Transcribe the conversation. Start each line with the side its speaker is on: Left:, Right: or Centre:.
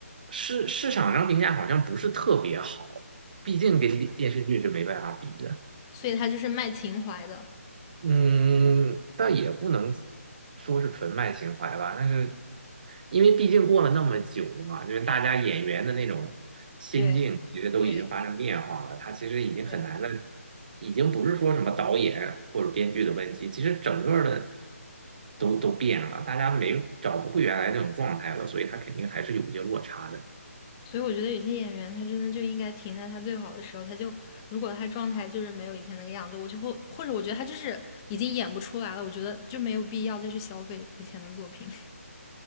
Right: 市市场上评价好像不是特别好，毕竟跟电电视剧是没办法比的。
Left: 所以它就是卖情怀的。
Right: 嗯，但也不能说是纯卖情怀吧，但是因为毕竟过了那么久了嘛，就是大家演员的那种心境其实都已经发生变化了，
Left: 对对
Right: 他其实已经很难的，
Left: 对
Right: 已经不是说什么导演或者编剧的问题，其实整个的都都变了，大家没有找不回原来那种状态了，所以他肯定还是有一些落差的。
Left: 所以我觉得有些演员他真的就应该停在他最好的时候，他就如果他状态就是没有以前那个样子，我就会或者我觉得他就是已经演不出来了，我觉得就没有必要再去消费以前的作品。<laughs>